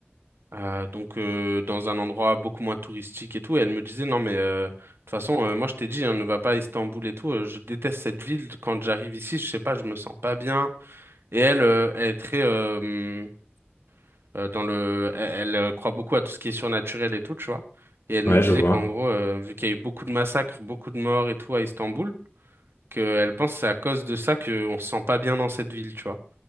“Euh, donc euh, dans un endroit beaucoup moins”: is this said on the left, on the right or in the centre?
Right